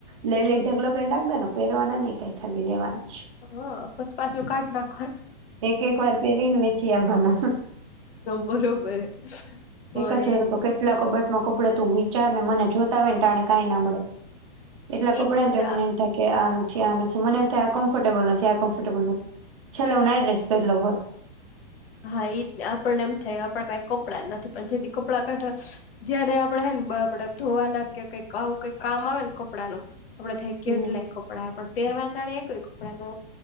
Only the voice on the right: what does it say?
લઈ લઈ ઢગલો કરીઈને નાખદો ને. પહેરવાના નઈ કઈ ખાલી લેવાના. જ
એક એક વાર પેરીને વેચી આવાના.
એક જવાર
તો કેટલા કબટમાં કપડા. વિચાર ને મને જો. તોય ટાણે કઈ ના મળે. એટલા કપડા
ને તો
મને એમ થાય કે આ. છે આ નથી મને એમ થાય આ કમ્ફર્ટેબલ નથી આ કમ્ફર્ટેબલ નથી. ચલ્લો હું નાઈટડ્રેસ પેર લવ બોલ.
હમ.